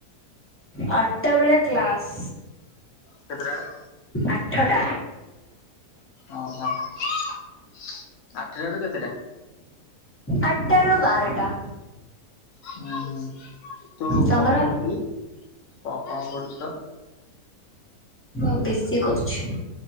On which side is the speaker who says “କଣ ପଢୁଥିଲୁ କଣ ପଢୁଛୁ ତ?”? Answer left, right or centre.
Left